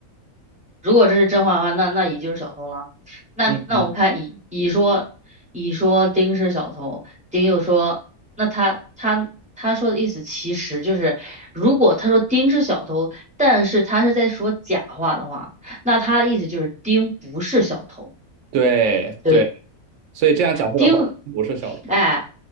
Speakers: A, in the centre; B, on the right.
A: 如果这是真话的话，那那乙就是小偷了。那那我们看乙，
B: 嗯，嗯
A: 乙说，乙说丁是小偷，丁又说，那他他他说的意思其实就是，如果他说丁是小偷，但是他是在说假话的话，那他的意思就是丁不是小偷。
B: 对对，
A: 对。
B: 所以这样假设的话，
A: 丁，
B: 不是小偷。
A: 哎，